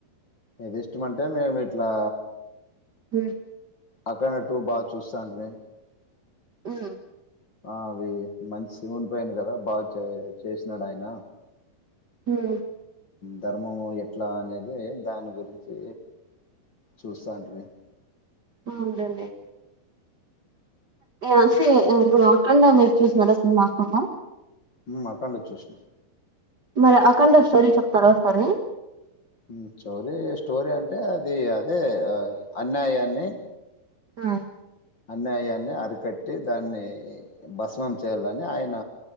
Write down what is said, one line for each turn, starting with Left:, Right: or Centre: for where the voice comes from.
Left: ఏది ఇష్టం అంటే మేం ఇట్లా
Right: హ్మ్
Left: అఖండ టూ బాగా చూస్సాంటిమి
Right: ఉమ్
Left: ఆ అవి మంచి ఉండిపోయాను కదా బాగా చే చేసినాడు ఆయన
Right: హ్మ్
Left: ధర్మము ఎట్లా అనేది దాని గురించి చూస్సాంటిమి.
Right: ఆవునులేండి అంటే ఇప్పుడు అఖండా మీరు చూసినారా సినిమా అఖండా
Left: ఉమ్ మఠంలో చూసినం
Right: మరి అఖండ స్టోరీ చెప్తారా ఓసారి
Left: మ్మ్ చోరీ స్టోరీ అంటే అది అదే అన్యాయాన్ని
Right: ఆ
Left: అన్యాయాన్ని అరికట్టి దాన్ని భస్మం చేయాలని ఆయన